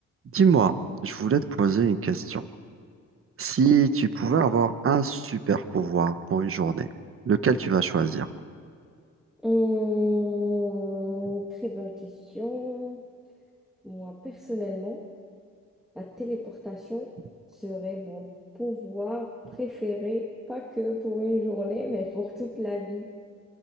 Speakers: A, on the right (about 45°); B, in the centre.
A: Dis-moi, je voulais te poser une question. Si tu pouvais avoir un super pouvoir pour une journée, lequel tu vas choisir?
B: Hum,
A: <laughs>
B: très bonne question. Moi, personnellement, la téléportation serait mon pouvoir préféré, pas que pour une journée, <laughs> mais pour toute la vie.